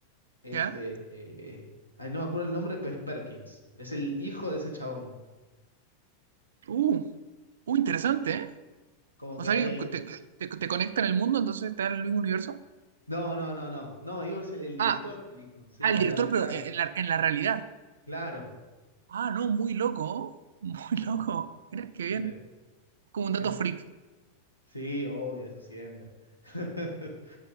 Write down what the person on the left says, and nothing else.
es...
eh, ay, no me acuerdo el nombre, pero es Perkins. Es el hijo de ese chabón.
Como
que
hay
ahí...
No, no, no, no. No, digo, es el, el director
es el hijo. Sí,
la,
la vida
real.
Claro.
como
Gente,
gente,
sí, obvio, eso siempre. <laughs>